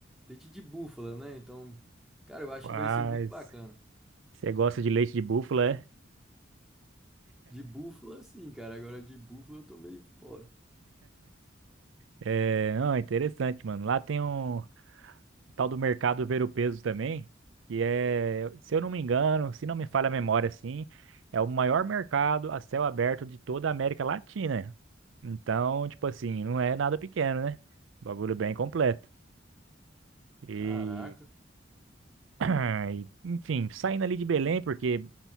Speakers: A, in the centre; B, on the right (about 80°).
A: Leite de búfala, né? Então, cara, eu acho
B: Rapaz,
A: que vai ser muito bacana.
B: você gosta de leite de búfala, é?
A: De búfala, sim, cara. Agora de búfala eu tô meio fora.
B: É, não, é interessante, mano. Lá tem um, tal do mercado ver o peso também, que é, se eu não me engano, se não me falha a memória assim, é o maior mercado a céu aberto de toda a América Latina. Então, tipo assim, não é nada pequeno, né? Bagulho bem completo. E,
A: Caraca.
B: ah, e, enfim, saindo ali de Belém, porque